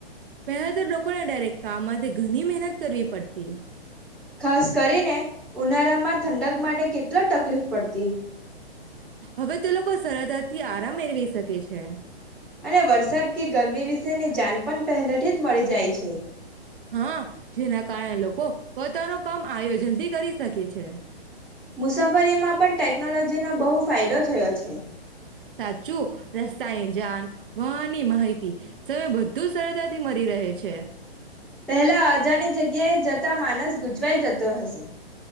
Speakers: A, on the right; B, in the centre.
A: બે હજર લોકો ને ડાયરેક્ટ. કામમાં ઘણી મહેનત કરવી પડતી.
B: ખાસ કરીને ઉનાળામાં ઠંડક માટે કેટલા તકલીફ પડતી.
A: હવે તે લોકો સરદ થી આરામ મેળવી શકે છે.
B: અને વરસાદ કે ગરમી વિશેની જણ પણ પહેલે થી જ મળી જાય છે.
A: હા જેના કારણે લોકો પોતાનું કામ આયોજન થી કરી. તકે છે.
B: મુસાફરીમાં પણ ટેકનોલોજીનો બહુ ફાયદો થયો છે.
A: સાચું રસ્તાની જાન વાહનની માહિતી સમય બધું સરળતાથી મળી રહે છે.
B: પહેલા અજાણી જગ્યાએ જતા માનસ ગૂચવાઈ જતો હશે.